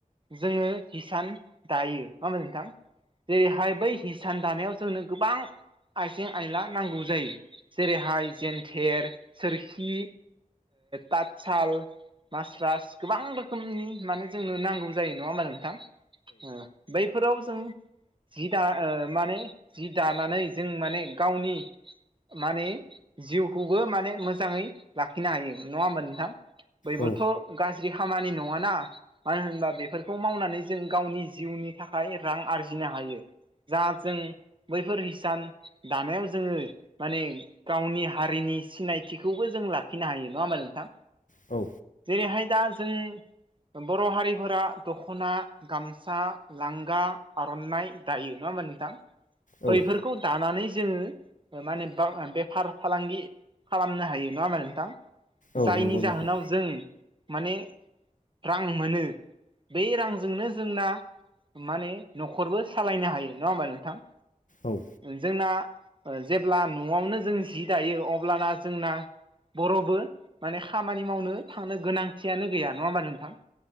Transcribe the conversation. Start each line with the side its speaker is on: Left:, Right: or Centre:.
Right: जोङो हिसान दायो मा मा नोंथां। जेरैहाय बै हिसान दानायाव जोंनो गोबां आइजें आयला नांगौ जायो जेरैहाय जेेनथेर सोरखि तातसाल मासरास गोबां रोखोमनि माने जोंनो नांगौ जायो नङा मा नोंथां बैफोराव जों जि द माने जि दानानै जों माने गावनि माने जिउखौबो माने मोजाङै लाखिनो हायो नङा होमबा नोंथां? बैबोथ'
Left: औ
Right: गाज्रि खामानि न नङ ना मानो होनबा बेफोरखौ मावनानै जों गावनि जिउनि थाखाय रां आरजिनो हायो। जा जों बैफोर हिसान दानायाव जोङो माने गावनि हारिनि सिनायथिखौबो जों लाखिनो हायो नङा होमबा नोंथां?
Left: औ।
Right: जेरैहाय दा जों बर' हारिफोरा दख'ना गामसा लांगा आर'नाइ दायो नङा होमबा नोंथां?
Left: औ
Right: बैफोरखौ खौ दानानै जोङो माने बेफार फालांगि खालामनो हायो नङा होमा नोंथां
Left: औ
Right: जायनि
Left: नंगौ नोंथां
Right: जाहोनाव जों माने रां मोनो बे रांजोंनो जोंना माने न'खरबो सालायनो हायो नङा होमबा नोंथां?
Left: औ।
Right: जोंना जेब्ला न'आवनो जों जि दायो अब्लाना जोंना बर'बो माने खामानि मावनो थांनो गोनांथियानो गैया नङा होमबा नोंथां?